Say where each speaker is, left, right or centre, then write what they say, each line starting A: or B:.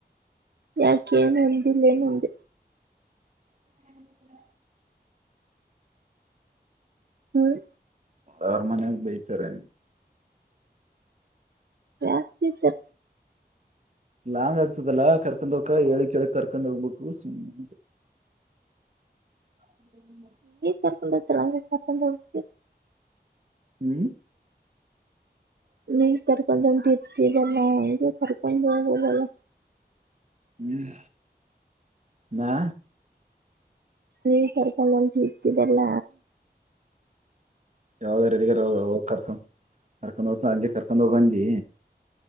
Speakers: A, on the right (about 70°); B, on the right (about 45°).
A: ಯಾಕೇಏನ್ ಅಂದಿಲ್ಲ ಏನಂದಿಲ್ಲ
B: ಹ್ಮ್ ಹ
A: ಹ್ಮ್
B: ಯರ ಮನೆ ಬೈತರೆ
A: ಯಾಕ್ ಬೈತಾರ
B: ಲಾಂಗ್ ಆಗ್ತದಲ್ಲಾ ಕರ್ಕೊಂಡ ಹೋಗಕ ಹೇಳಿ ಕೇಳಿ ಕರ್ಕೊಂಡ್ ಹೋಗ್ಬೇಕು ಸ್ಮ್ ಅಂತ ಅ
A: ಕರ್ಕೊಂಡು ಹೋಗ್ತಾರೆ ಹಂಗೆ ಕರ್ಕೊಂಡ್ ಹೋಗ್ತಿ
B: ಹ್ಮ್
A: ನೀ ಕರ್ಕೊಂಡು ಒಂಟಿದ್ದಿ ದೆಲ್ಲ ನಂಗೂ ಕರ್ಕೊಂಡು ಹೋಗೋದಲ್ಲ
B: ಹ್ಮ್ ಮಾ
A: ನೀವ ಕರ್ಕೊಂಡಂತು ಇಟ್ಟಿದೆಲ್ಲ
B: ಯಾವಾರಎಲ್ಲಿಗಾರ ಹೋಗ್ರ್ ಹೋಗ್ ಕರ್ಕಂ ಕರ್ಕದಜ ಹಂಗೆ ಕರ್ಕದ ಹೋಗು ಅಂದಿ.